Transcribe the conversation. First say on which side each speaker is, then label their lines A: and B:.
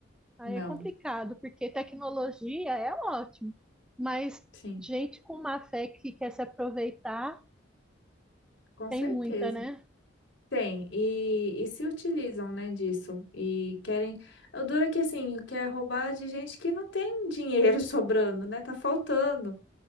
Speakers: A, in the centre; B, on the left.
A: Aí
B: Não,
A: é complicado, porque tecnologia é ótimo, mas
B: sim,
A: gente com má fé que quer se aproveitar
B: com
A: tem
B: certeza.
A: muita, né?
B: Tem, e, e se utilizam, né, disso. E querem. O duro é que, assim, quer roubar de gente que não tem dinheiro <laughs> sobrando, né? Tá faltando.